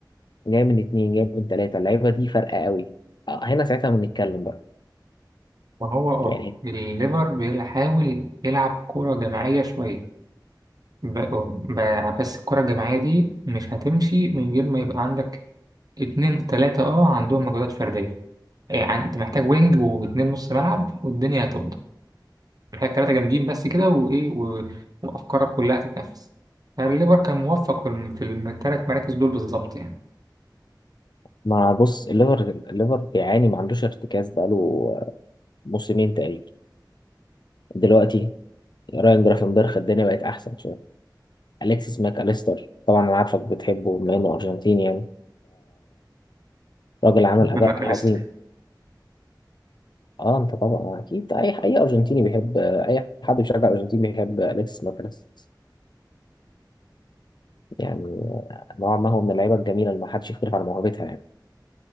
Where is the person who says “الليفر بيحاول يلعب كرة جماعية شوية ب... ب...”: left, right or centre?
Right